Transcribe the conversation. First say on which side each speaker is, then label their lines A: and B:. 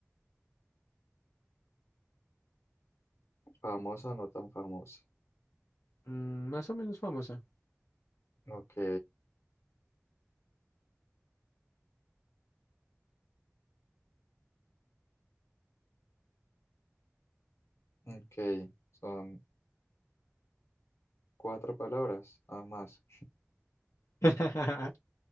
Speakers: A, on the left; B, on the left.
A: Famosa, no tan famosa.
B: Mm, más o menos famosa.
A: Ok. Ok. Son cuatro palabras, nada más.
B: <laughs>